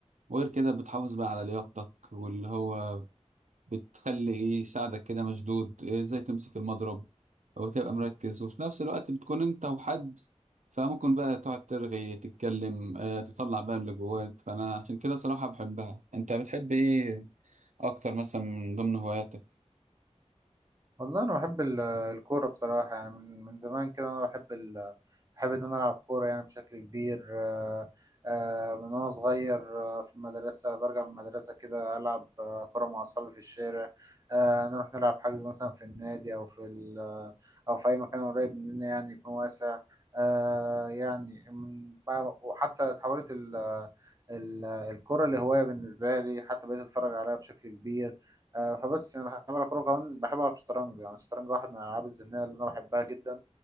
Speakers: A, on the right; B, on the right.
A: وغير كده بتحافظ بقى على لياقتك واللي هو بتخلي ايه يساعدك كده مشدود إيه، ازاي تمسك المضرب او تبقى مركز وفي نفس الوقت بتكون انت وحد فممكن بقى تقعد ترغي تتكلم آه، تطلع بقى اللي جواك فانا عشان كده صراحة بحبها انت بتحب ايه اكتر مثلا من ضمن هواياتك
B: والله انا بحب ال- آه، الكوره بصراحه يعني من من زمان كده انا بحب ال... آه، بحب ان انا العب كوره يعني بشكل كبير آه، آه، من وانا صغير آه، في المدرسه برجع من المدرسه كده العب آه، كوره مع اصحابي في الشارع آه، نروح نلعب حجز مثلا في النادي او في ال... آه، او في اي مكان قريب مننا يعني يكون واسع آه، يعني من بقى- وحتى اتحولت ال... آه، ال- الكرة لهواية بالنسبة لي حتى بقيت أتفرج عليها بشكل كبير آه، فبس يعني بحب ألعب كورة كمان بحب ألعب شطرنج يعني الشطرنج واحد من الألعاب الذهنية اللي أنا بحبها جدا